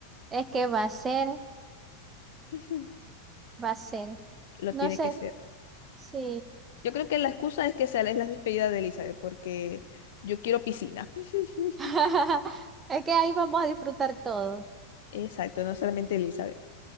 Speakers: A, on the right; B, on the left.
A: Es que va a ser,
B: <laughs>
A: va a ser.
B: Lo tiene
A: No sé,
B: que ser.
A: sí.
B: Yo creo que la excusa es que sea es la despedida de Elizabeth, porque yo quiero piscina. <laughs>
A: <laughs> Es que ahí vamos a disfrutar todo.
B: Exacto, no solamente Elizabeth.